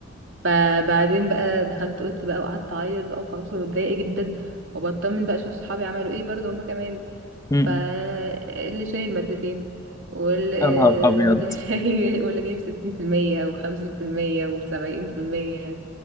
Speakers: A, on the right (about 65°); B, on the left (about 15°).
A: ب- بعدين بقى دخلت اوضتي بقى وقعدت اعيط بقى وخلاص ومتضايقه جدا وبطمن بقى اشوف صحابي عملوا ايه برضه هما كمان
B: مم.
A: فاللي شايل مادتين واللي
B: يا نهار
A: <laughs>
B: ابيض
A: واللي شايل واللي جايب ستين في المية وخمسين في المية وسبعين في المية